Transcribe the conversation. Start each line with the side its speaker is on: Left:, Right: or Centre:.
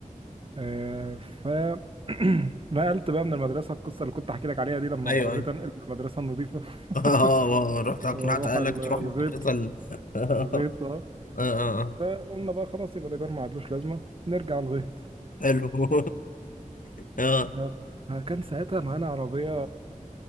Right: آه، ف <clears throat> نقلت بقى من المدرسة القصة اللي كنت احكي لك عليها دي لما
Left: ايوه
Right: اصريت
Left: ايوه
Right: انقل من المدرسة النظيفة <laughs>
Left: اه رحت اقنعت
Right: واروح
Left: اهلك
Right: ال- الغيط
Left: تروح المدرسة ال... <laughs> اه
Right: الغيط اه
Left: اه آه.
Right: فقلنا بقى خلاص يبقى الايجار ما عادلوش لازمة نرجع الغيط
Left: حلو <laughs> اه
Right: آه، كان ساعتها معانا عربية